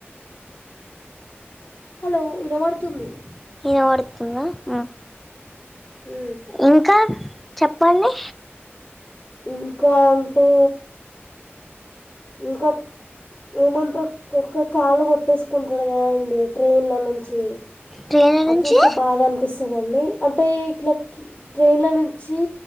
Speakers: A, on the left; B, in the centre.
A: hello ఇనబడ్తుంది
B: ఇనవడ్తుందా ఉమ్
A: ఉ
B: ఇంకా చెప్పండీ
A: ఇంకా అంటే ఇంకోప్ ఏమంట్రు ఎక్కువ కాళ్లు కొట్టేసుకుంటడు కదా అండి ట్రైన్ల నుంచీ
B: ట్రైన్
A: అది
B: నుంచి
A: చూస్తే బాధ అనిపిస్సదండి అంటే ఇట్లప్ ట్రైన్ల నుంచీ